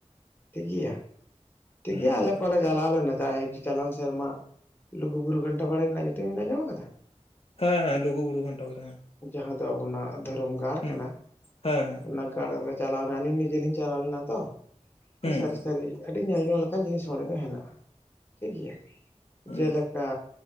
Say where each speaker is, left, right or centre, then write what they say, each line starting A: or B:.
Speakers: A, on the left (about 15°); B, on the left (about 55°).
A: ᱴᱷᱤᱠ ᱜᱮᱭᱟ ᱴᱷᱤᱠ
B: ᱦᱮᱸ
A: ᱜᱮᱭᱟ
B: ᱜᱚᱝᱠᱮ
A: ᱟᱞᱮ ᱠᱚᱞᱮᱡᱽ᱾ ᱪᱟᱞᱟᱣ ᱞᱮᱱᱟ ᱪᱟᱭ ᱪᱟᱞᱟᱣᱮᱱ ᱥᱮᱨᱢᱟ ᱞᱩᱜᱩ ᱵᱩᱨᱩ ᱜᱷᱟᱱᱴᱟ ᱵᱟᱲᱮ ᱨᱮᱱᱟᱜ ᱧᱩᱛᱩᱢ ᱵᱤᱱ ᱟᱸᱡᱚᱢ ᱠᱟᱫᱟ᱾
B: ᱦᱮᱸ ᱦᱮᱸ ᱞᱩᱜᱩ ᱵᱩᱨᱩ ᱜᱷᱟᱱᱴᱟ ᱵᱟᱲᱮ ᱦᱮᱸ᱾
A: ᱡᱟᱸᱦᱟ ᱫᱚ ᱟᱵᱚᱱᱟᱜ ᱫᱷᱚᱨᱚᱢ ᱜᱟᱲ
B: ᱦᱩᱸ
A: ᱠᱟᱱᱟ
B: ᱦᱮᱸ ᱦᱮᱸ
A: ᱚᱱᱟ ᱜᱟᱲ ᱨᱮ᱾ ᱪᱟᱞᱟᱣᱱᱟ ᱟᱞᱤᱧ ᱱᱤᱡᱮᱞᱤᱧ ᱪᱟᱞᱟᱣ ᱞᱮᱱᱟ ᱛᱚ ᱦᱮᱸ
B: ᱦᱩᱸ
A: ᱥᱟᱨᱤ
B: ᱦᱩᱸ
A: ᱥᱟᱨᱤ᱾ ᱟᱹᱰᱤ ᱧᱮᱞ ᱧᱚᱝ ᱞᱮᱠᱟᱱ ᱡᱤᱱᱤᱥ ᱚᱸᱰᱮ ᱫᱚ ᱦᱮᱱᱟᱜᱼᱟ ᱴᱷᱤᱠ ᱜᱮᱭᱟ
B: ᱦᱩᱸ
A: ᱡᱮᱞᱮᱠᱟ᱾